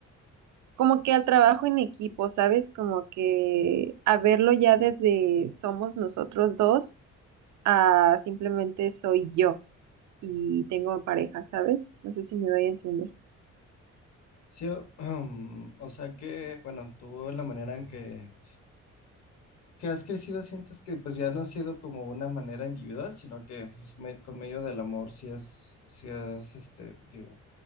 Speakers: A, on the right; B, on the left.
A: como que al trabajo en equipo, ¿sabes? Como que a verlo ya desde somos nosotros dos a simplemente soy yo y tengo pareja, ¿sabes? No sé si me doy a entender.
B: Sí, o, <clears throat> o sea que, bueno, tú la manera en que, que has crecido sientes que pues ya no ha sido como una manera individual, sino que pues, me- con medio del amor sí has, sí has, este, digo,